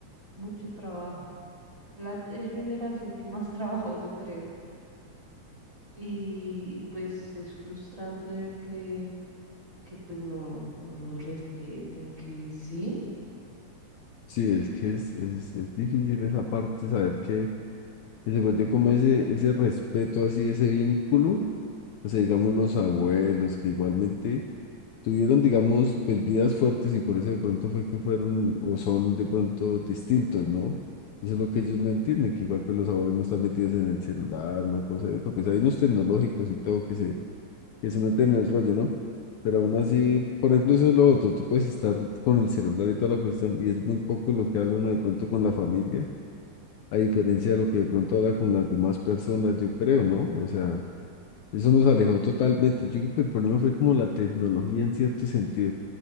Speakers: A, on the right; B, on the left.
A: mucho trabajo. La te- generación que más <laughs> trabajó, yo creo. Y, y pues es frustrante ver que que pues no, no los respeten, que sí,
B: sí, es que es, es, es difícil esa parte, saber que, que se perdió como ese, ese respeto así, ese vínculo, o sea, digamos, los abuelos, que igualmente tuvieron, digamos, pues vidas fuertes y por eso de pronto fue que fueron o son de pronto distintos, ¿no? Eso es lo que ellos no entienden, que igual pues los abuelos no están metidos en el celular, una cosa y otra, pues hay unos tecnológicos y todo que se, que se meten en el rollo, ¿no? Pero aún así, por ejemplo, eso es lo otro, tú puedes estar con el celular y toda la cuestión y es muy poco lo que habla uno de pronto con la familia, a diferencia de lo que de pronto habla con las demás personas, yo creo, ¿no? O sea... Eso nos alejó totalmente. Yo creo que el problema fue como la tecnología en cierto sentido,